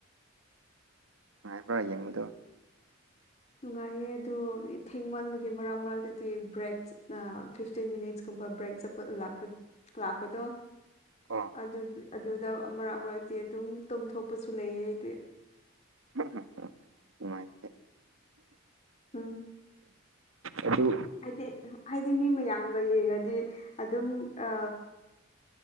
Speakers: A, on the right (about 70°); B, on the left (about 30°).
A: ꯅꯨꯡꯉꯥꯏꯕ꯭ꯔꯥ ꯌꯦꯡꯕꯗꯣ
B: ꯅꯨꯡꯉꯥꯏꯌꯦ ꯑꯗꯨꯣ ꯊꯦꯡꯃꯟꯕꯥꯒꯤ ꯃꯔꯛ ꯃꯔꯛꯇꯗꯤ ꯕ꯭ꯔꯦꯛ ꯆꯠꯅ ꯐꯤꯐꯇꯤꯟ ꯃꯤꯅꯤꯠꯁꯀꯨꯝꯕ ꯕ꯭ꯔꯦꯛ ꯆꯄ ꯂꯥꯛꯄꯥ ꯂꯥꯛꯄꯗꯣ
A: ꯑꯣ
B: ꯑꯗꯨꯗꯤ ꯑꯗꯨꯗ ꯃꯔꯛ ꯃꯔꯛꯇꯤ ꯑꯗꯨꯝ ꯇꯨꯝꯝꯊꯣꯛꯄꯁꯨ ꯂꯩꯌꯦ ꯑꯩꯗꯤ
A: <unintelligible> ꯏꯃꯥꯏ
B: ꯎꯝ
A: ꯑꯗꯨ
B: ꯍꯥꯏꯗꯤ ꯍꯥꯏꯗꯤ ꯃꯤ ꯃꯌꯥꯝꯒ ꯌꯦꯡꯉꯗꯤ ꯑꯗꯨꯝ ꯑ